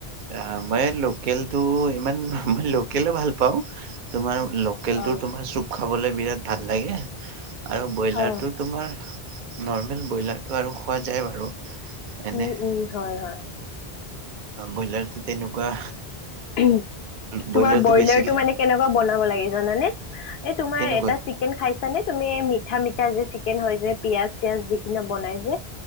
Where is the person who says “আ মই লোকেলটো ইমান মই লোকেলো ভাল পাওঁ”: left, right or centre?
Right